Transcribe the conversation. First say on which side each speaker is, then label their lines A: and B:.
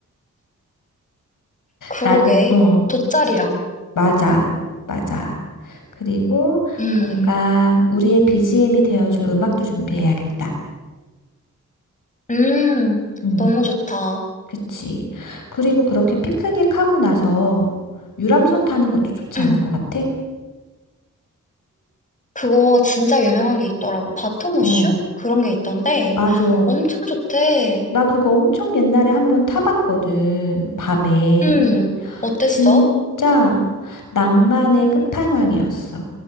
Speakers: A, on the left (about 25°); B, on the left (about 85°).
A: 그러게.
B: 나는, 어,
A: 돗자리랑.
B: 맞아, 맞아. 그리고
A: 음.
B: 뭔가 우리의 BGM이 되어줄 음악도 준비해야겠다.
A: 음,
B: 음,
A: 너무 좋다.
B: 그치. 그리고 그렇게 피크닉 하고 나서 유람선 타는 것도 좋지
A: 음,
B: 않을 것 같아?
A: 그거 진짜 유명한 게 있더라고. 바토무슈?
B: 어,
A: 그런 게 있던데
B: 맞아.
A: 엄청 좋대.
B: 나 그거 엄청 옛날에 한번 타봤거든. 밤에.
A: 음, 어땠어?
B: 진짜 낭만의 끝판왕이었어.